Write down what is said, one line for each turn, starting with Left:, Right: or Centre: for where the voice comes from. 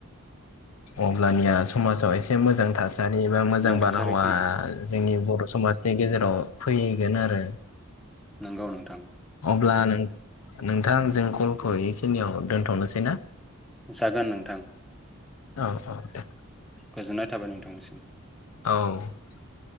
Left: अब्लानिया समाजाव एसे मोजां थास सारिबा मोजां
Centre: थासारियाव
Left: बारहावा
Centre: फैगोन
Left: जोंनि बर' समाजनि गेजेर <unintelligible> फैहैगोन आरो
Centre: नोंगौ नोंथां।
Left: ब्ला नों नोंथां जों कलखौ एस नियाव दोनथनोसै ना?
Centre: जागोन नोंथां।
Left: औ औ दे।
Centre: गोजोननाय थाबाय नोंथांनिसिम।
Left: औ